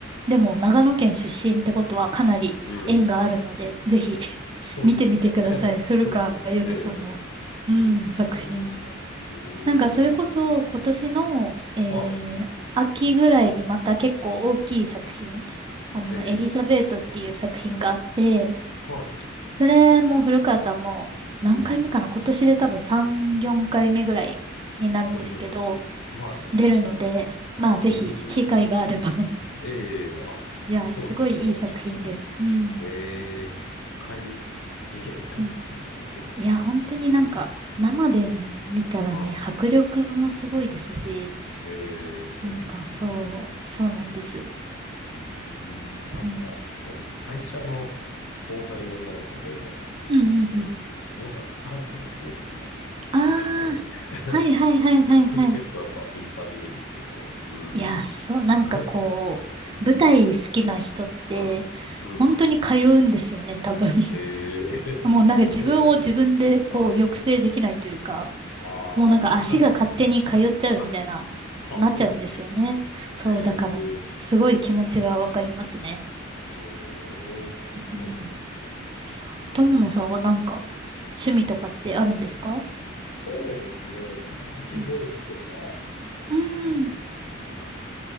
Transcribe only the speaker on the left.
うん。
そうですね。
<laughs>
ちょっと、えー、見てみたくなりました。
うーん。
は
い。
えー、はい。
うん。
うん、うん。はい。
うーん。
ええあ、
そうですね。
ちょっと、
ええ一回見てみたいですね。
見てみたい。
うん。は
い。ええそうなんですね。
うーん。なんか、
そうなんですよ。会社の後輩の女の子で、
うん僕は宝塚がすごい好きな
子がいて、
<laughs>
け、結構やっぱ頻繁に見に行ってて、うん。
<laughs> は
い。うん。
ええ
<laughs> そうなんですよ。はい。ああ、
<laughs> はい。あ、
そうなんですね。
ええ
うーん、そうなんですね。
うん、
そうですね。私、
ゴルフとか、うーん、
なんだろう。